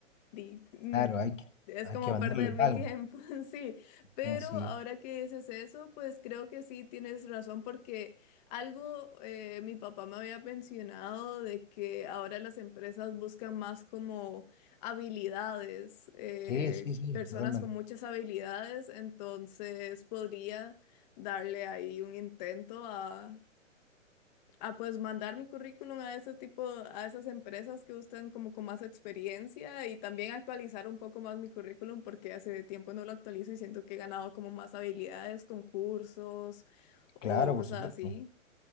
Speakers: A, on the left; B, on the left.
A: di, mm,
B: Claro, hay que,
A: es
B: hay
A: como
B: que mandarle
A: perder mi
B: algo,
A: tiempo, <laughs> sí, pero
B: ¿no? Sí,
A: ahora que dices eso, pues creo que sí tienes razón porque... Algo eh, mi papá me había mencionado de que ahora las empresas buscan más como habilidades, eh,
B: sí, sí, sí,
A: personas
B: totalmente.
A: con muchas habilidades, entonces podría darle ahí un intento a, a pues mandar mi currículum a ese tipo, a esas empresas que buscan como con más experiencia y también actualizar un poco más mi currículum porque hace tiempo no lo actualizo y siento que he ganado como más habilidades, concursos o
B: Claro,
A: cosas
B: por supuesto.
A: así.